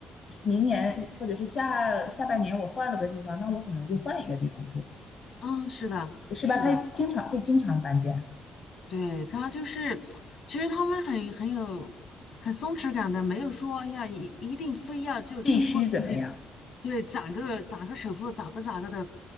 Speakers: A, on the left; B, on the left.
A: 明年或者是下下半年我换了个地方，那我可能就换一个地方住，
B: 嗯，是的，
A: 是吧？
B: 是的。
A: 他经常会经常搬家，
B: 对，他就是，其实他们很很有很松弛感的，没有说哎呀一一定非要就强迫自己，
A: 必须怎么样？
B: 对，攒个攒个首付，咋个咋个的，